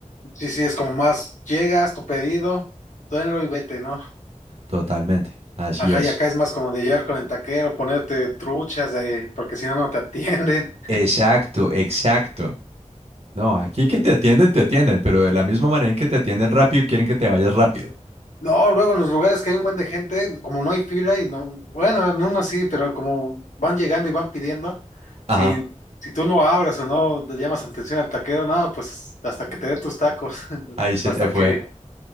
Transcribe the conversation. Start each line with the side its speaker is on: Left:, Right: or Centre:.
Left: Sí, sí, es como más, llegas, tu pedido, tenlo y vete, ¿no?
Right: Totalmente, así
Left: Ajá,
Right: es.
Left: y acá es más como de llegar con el taquero, ponerte truchas, de, porque si no, no te atienden.
Right: Exacto, exacto. No, aquí
Left: <laughs> Sí,
Right: que te atienden, te atienden, pero de la misma manera en que te atienden rápido, quieren que te vayas rápido.
Left: No, luego en los lugares que hay un buen de gente, como no hay fila y no, bueno, en uno sí, pero como van llegando y van pidiendo, si,
Right: Ajá.
Left: si tú no abras o no le llamas atención al taquero, no, pues hasta que te dé tus tacos, <laughs>
Right: Ahí se
Left: hasta
Right: te fue.
Left: que,